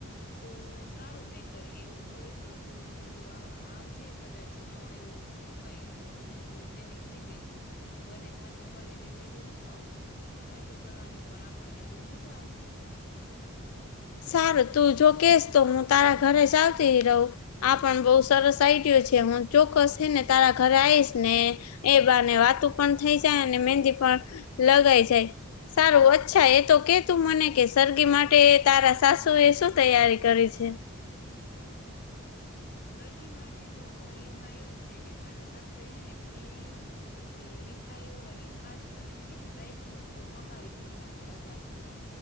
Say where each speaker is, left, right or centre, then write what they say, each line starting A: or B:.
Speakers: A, on the left (about 45°); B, on the left (about 85°).
A: તો સારું નહીતર એવું હોય તો તું આવજે કદાચ ન એવું મુકાય તો હું તેને કહી દઈશ તો બને સાથે મળીને મેદી મુક આવશું અને વાતો કરવાની પણ આપણને બહુ મજા આવશે
B: સારું તું જો કેસ તો હું તારા ઘરે ચાલતી રહું આ પણ બઉુ સરસ આઈડિયો છે હું ચોક્કસ છે ને તારા ઘરે આવીઈશ ને એ બાને વાતું પણ થઈ જાય અને મંદી પણ લગાઈ જાય સારું અચ્છા એ તો કે તું મને કે સરગી માટે તારા સાસુ એ શું તૈયારી કરી છે?
A: સરગી માટે તો એમાં એવું છે કે મારા સાસુ એ હ ને ફેણી પછી- - મીઠાઈઓ અને ખાસ કરીને હે ડ્રાય ફ્રૂટ તો મંગાવી દીધા હે અગાઉથી જ.